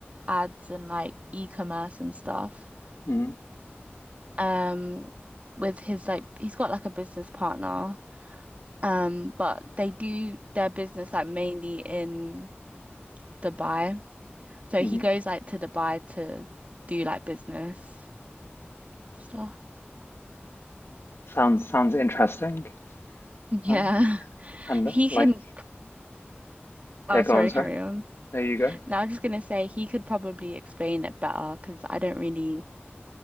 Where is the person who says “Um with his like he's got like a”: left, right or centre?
Right